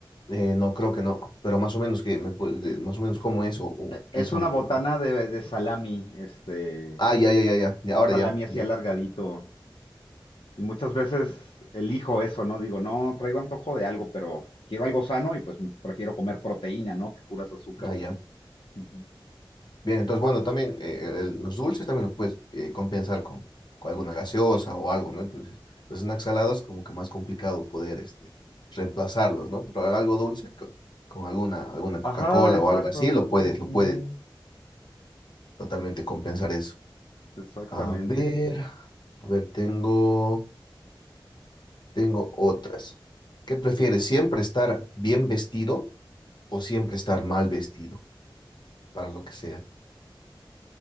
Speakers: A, on the left (about 55°); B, on the left (about 75°).
A: Eh, no, creo que no, pero más o menos que me pu- de- más o menos como eso o
B: E-
A: o qué
B: Es
A: son,
B: una botana
A: digamos.
B: de, de salami, este,
A: Ah, ya, ya, ya, ya, ya,
B: un
A: ahora
B: salami
A: ya,
B: así
A: ya,
B: alargadito, Y muchas veces elijo eso, ¿no? Digo, no, traigo antojo de algo, pero quiero algo sano y pues prefiero comer proteína, ¿no? Que puras azúcares.
A: ah, ya.
B: Ujú.
A: Bien, entonces, bueno, también eh, el- los dulces también lo puedes eh, compensar con, con alguna gaseosa o algo, ¿no? Entonces, los snacks salados como que más complicado poder este, reemplazarlos, ¿no? Pero algo dulce co- con, alguna, alguna Coca-Cola
B: Ajá, exacto.
A: o algo así, lo puedes, lo
B: Ujú.
A: puedes totalmente compensar eso.
B: Exactamente.
A: A ver, a ver, tengo... Tengo otras. ¿Qué prefieres? ¿Siempre estar bien vestido o siempre estar mal vestido? Para lo que sea.